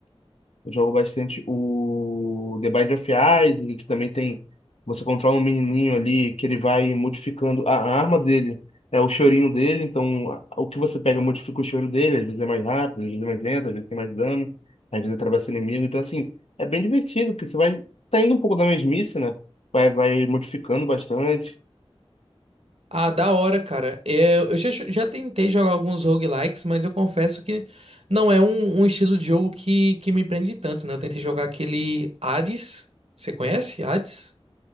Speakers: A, on the left; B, on the right.
A: eu jogo bastante o The Bind of Isaac, que também tem. Você controla um menininho ali que ele vai modificando a a arma dele. É o chorinho dele, então a- o que você pega modifica o choro dele. Às vezes é mais rápido, às vezes é mais lento, às vezes tem mais dano, às vezes atravessa o inimigo. Então, assim, é bem divertido, porque você vai saindo um pouco da mesmice, né? Vai, vai modificando bastante.
B: Ah, da hora, cara. É, Eu já, já tentei jogar alguns roguelikes, mas eu confesso que não é um, um estilo de jogo que, que me prende tanto, né? Eu tentei jogar aquele Hades. Você conhece Hades?